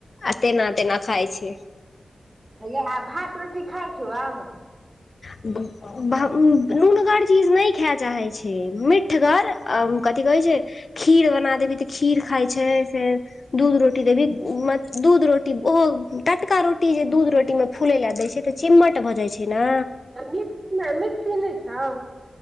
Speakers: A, on the left; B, on the right.
A: आ तेना तेना खाइ छैय।
B: आंय गै आ भात रोटी खाय छौ आब।
A: ब <inaudible> भ नूनगर चीज नै खै चाहैत छैय, मीठगर कथी कहै छैय खीर बना देबही तऽ खीर खाइ छैय फेर दूध रोटी देबही म दूध रोटी ओहो टटका रोटी जे दूध रोटीमे फूलै लय देय छैय त चिम्मट भऽ जाय छैय ना।
B: त मिकस मिक्सी नहि छौ।